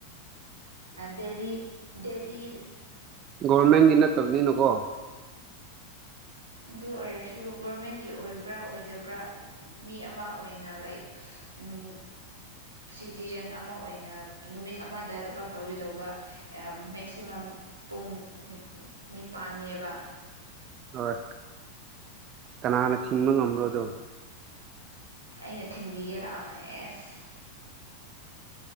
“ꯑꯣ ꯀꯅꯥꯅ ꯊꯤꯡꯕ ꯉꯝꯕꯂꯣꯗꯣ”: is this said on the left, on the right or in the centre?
Right